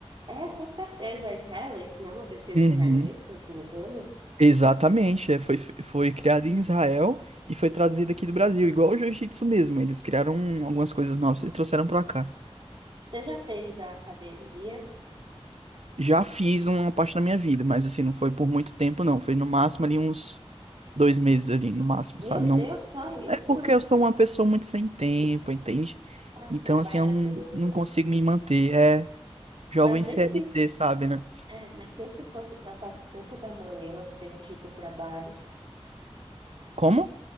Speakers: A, on the right (about 50°); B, on the right (about 75°).
A: é, com certeza, é israelense, né, uma defesa
B: Uhum.
A: israelense, se não me engano.
B: Exatamente, é, foi, foi criado em Israel e foi traduzido aqui do Brasil, igual o jiu-jitsu mesmo. Eles criaram algumas coisas novas e trouxeram para cá.
A: Você já fez a academia?
B: Já fiz uma parte da minha vida, mas assim, não foi por muito tempo, não. Foi no máximo ali uns dois meses ali, no máximo,
A: Meu
B: sabe? Não...
A: Deus, só isso?
B: É porque eu sou uma pessoa muito sem tempo, entende?
A: Ah,
B: Então,
A: trabalhador.
B: assim, eu não, não consigo me manter. É jovem
A: Mas nesse
B: CLT, sabe, né?
A: É, mas nem se fosse para fazer 5 da manhã, assim, antes de ir para o trabalho.
B: Como?